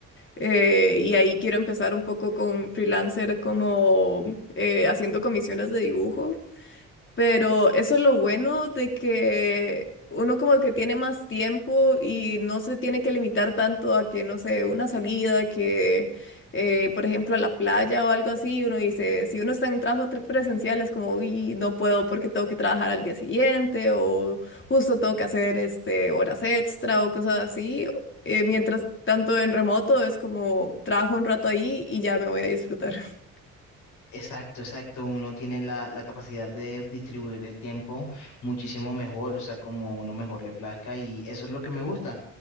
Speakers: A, on the left; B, on the left.
A: eh, y ahí quiero empezar un poco con freelancer como eh, haciendo comisiones de dibujo. Pero eso es lo bueno de que uno como que tiene más tiempo y no se tiene que limitar tanto a que, no sé, una salida, que eh, por ejemplo a la playa o algo así, uno dice, si uno está en trabajo tre- presencial es como, uy, no puedo porque tengo que trabajar al día siguiente o justo tengo que hacer este, horas extra o cosas así. Eh, mientras tanto en remoto es como trabajo un rato ahí y ya me voy a disfrutar. <laughs>
B: exacto, exacto. Uno tiene la, la capacidad de distribuir el tiempo muchísimo mejor, o sea, como a uno mejor le plazca y eso es lo que me gusta.